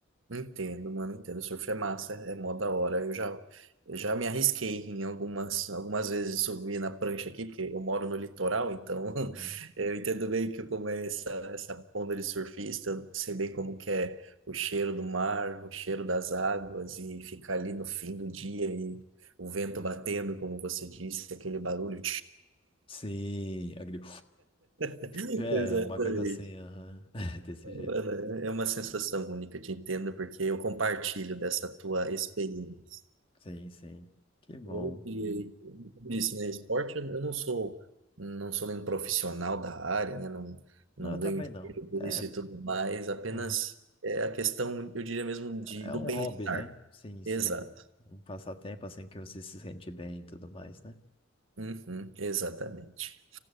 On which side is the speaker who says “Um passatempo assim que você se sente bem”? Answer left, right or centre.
Left